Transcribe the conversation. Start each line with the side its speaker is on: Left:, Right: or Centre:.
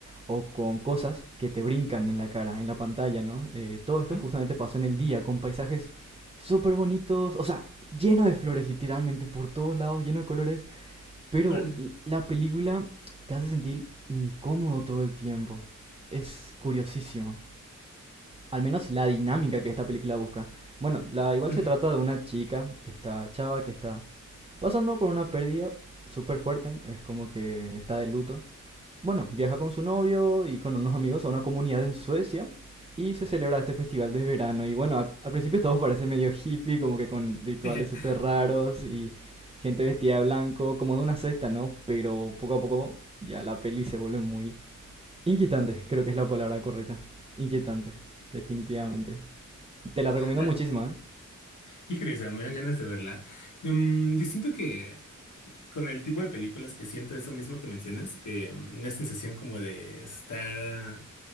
Right: o con cosas que te brincan en la cara, en la pantalla, ¿no? Eh, todo esto
Left: ¿Mm?
Right: justamente pasa en el día, con paisajes súper bonitos, o sea, lleno de flores, literalmente, por todos lados, lleno de colores, pero
Left: Órale.
Right: la película te hace sentir incómodo todo el tiempo. Es curiosísimo. Al menos la dinámica que esta película busca. Bueno, la, igual
Left: Ujú.
Right: se trata de una chica, esta chava que está pasando por una pérdida súper fuerte, es como que está de luto bueno, viaja con su novio y con unos amigos a una comunidad en Suecia y se celebra este festival de verano. Y bueno, al, al principio todo parece medio hippie, como que con rituales
Left: <laughs>
Right: súper raros y gente vestida de blanco, como de una secta, ¿no? Pero poco a poco ya la peli se vuelve muy inquietante, creo que es la palabra correcta. Inquietante, definitivamente. Te la recomiendo
Left: Órale.
Right: muchísimo, ¿eh?
Left: Qué curioso, me dan ganas de verla. Mm, yo siento que con el tipo de películas que siento eso mismo que mencionas, que mm, una sensación como de estar ah,